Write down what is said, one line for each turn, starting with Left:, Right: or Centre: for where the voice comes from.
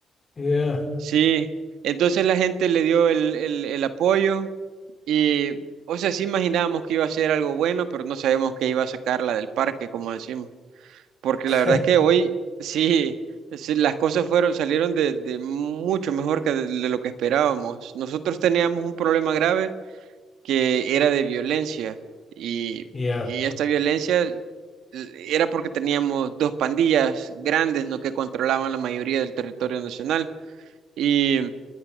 Left: Ya,
Right: Sí, entonces la gente le dio el, el, el apoyo y, o sea, sí imaginábamos que iba a ser algo bueno, pero no sabemos que iba a sacarla del parque, como decimos. porque
Left: <laughs>
Right: la verdad es que hoy sí, sí, las cosas fueron, salieron de, de mucho mejor que de, de lo que esperábamos. Nosotros teníamos un problema grave que era de violencia y,
Left: ya.
Right: y esta violencia l- era porque teníamos dos pandillas grandes, ¿no? que controlaban la mayoría del territorio nacional y